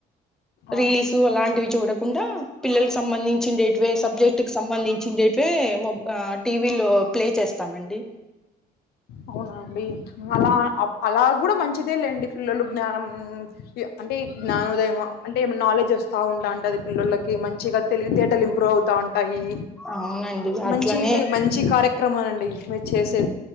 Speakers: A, in the centre; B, on the left.
A: రీల్సు
B: ఆ
A: అలాంటివి చూడకుండా పిల్లలకు సంబంధిం చిన్డేట్వి సబ్జెక్ట్ సంబంధించిండేటివే మొ ఆ టీవీ లో ప్లే చేస్తామండి
B: అవున అండి అలా అప్ అలా కూడ మంచిదే లేండి పిల్లలు జ్ఞానం అంటే జ్ఞానోదయం అంటే నాలెడ్జ్ వస్తుంది స్థవుండడది పిల్లోళ్లకి మంచిగా తెలివి తేటల్ ఇంప్రూవ్ అవుతా ఉంట టాయి
A: అవునండి అట్లనే
B: మంచి మంచి కార్యక్రమాలండి మీరు చేసే